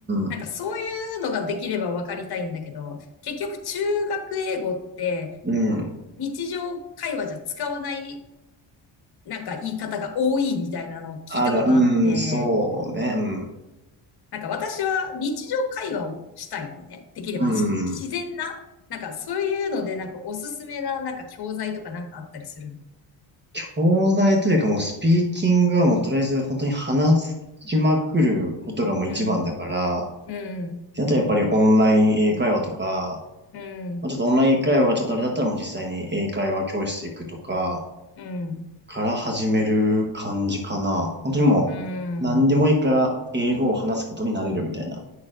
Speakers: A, on the left (about 55°); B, on the right (about 25°).
A: なんかそういうのができれば分かりたいんだけど、
B: ん、
A: 結局中学英語って
B: うん。
A: 日常会話じゃ使わないなんか言い方が多いみたいなのを聞いたことあって、
B: ある、うん、そうね、うん、
A: なんか私は日常会話をしたいのね。できればし自然な。
B: うん。
A: なんかそういうので、なんかおすすめな、なんか教材とかなんかあったりするの。
B: 東大というかもうスピーキングはもうとりあえず本当に話しまくることがもう一番だから、
A: うん、
B: っ
A: うん、
B: てなったらやっぱりオンライン英会話とか、
A: うん、
B: まあ、ちょっとオンライン英会話がちょっとあれだったらもう実際に英会話教室行くとか
A: うん、
B: から始める感じかな。本当にもう何でもいいから英語を話すことになれるみたいな。
A: うん、